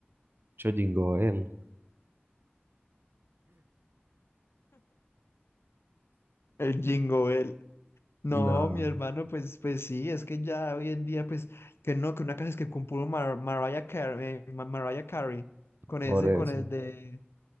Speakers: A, on the right; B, on the left.
A: Yo Jingoel,
B: El Jingo Bell. No,
A: nada,
B: mi hermano, pues, pues sí, es que ya hoy en día, pues, que no, que una canción es que compuso Mar- Mariah Carey, eh, Ma- Mariah Carey, con
A: por
B: ese,
A: eso.
B: con el de,